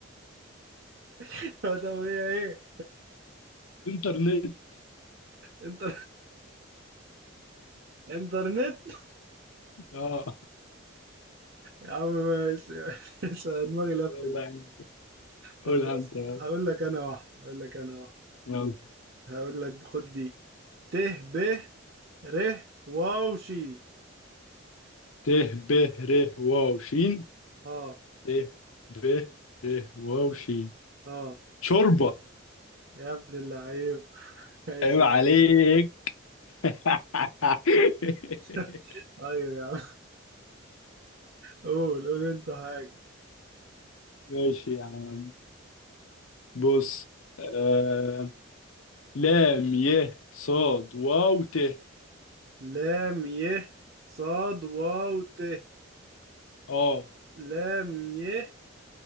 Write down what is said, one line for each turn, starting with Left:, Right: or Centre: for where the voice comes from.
Right: <laughs> طب هي إيه؟
Left: انترنت
Right: انت انترنت
Left: اه
Right: يا عم ماشي ماشي. أنا دماغي لفت
Left: يلا يا عم
Right: طب
Left: قولها
Right: بص
Left: انت بقى.
Right: هقول لك أنا واحدة هقول لك أنا واحدة
Left: يلا
Right: هقول لك خد دي ت ب ر واو شي
Left: ت ب ر واو شين
Right: اه
Left: ت ب ر واو شين
Right: اه
Left: شوربة
Right: يا ابن اللعيب <laughs> ماشي
Left: عيب
Right: يا
Left: عليك <laughs>
Right: عم. <laughs> طيب يا عم قول قول انت حاجة
Left: ماشي يا عم بص آه... لام ي صاد واو ت
Right: لام ي صاد واو ت
Left: اه
Right: لام ي